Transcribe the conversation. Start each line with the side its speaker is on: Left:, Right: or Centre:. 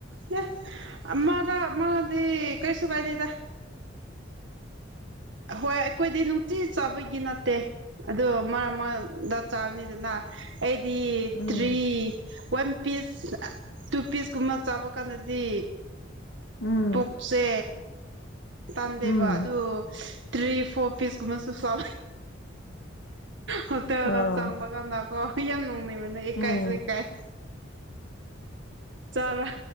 Right: ꯌꯦ ꯑꯃꯥꯔꯛ ꯑꯃꯥꯗꯤ ꯀꯩꯁꯨ ꯀꯥꯏꯗꯦꯗ ꯍꯣꯏ ꯑꯩꯈꯣꯏꯗꯤ ꯅꯨꯡꯇꯤ ꯆꯥꯕꯒꯤ ꯅꯠꯇꯦ ꯑꯗꯨ ꯃꯔꯛꯗ ꯆꯥꯕꯅꯤꯗꯅ ꯑꯩꯗꯤ
Left: ꯎꯝ
Right: three one piece two piece ꯀꯨꯝꯕ ꯆꯥꯕ ꯀꯥꯟꯗꯗꯤ
Left: ꯎꯝ
Right: ꯄꯨꯛꯁꯦ ꯇꯥꯟꯗꯦꯕ
Left: ꯎꯝ
Right: ꯑꯗꯣ ꯇ꯭ꯔꯤ ꯐꯣꯔ ꯄꯤꯁ ꯀꯨꯝꯕꯁꯨ ꯌꯥ ꯍꯣꯇꯦꯜꯗ
Left: ꯑꯥ
Right: ꯆꯪꯕ ꯀꯥꯟꯗꯀꯣ ꯌꯥꯝ ꯅꯣꯡꯅꯕꯅꯦ ꯏꯀꯥꯏꯁꯨ
Left: ꯎꯝ
Right: ꯏꯀꯥꯏ ꯆꯔꯥ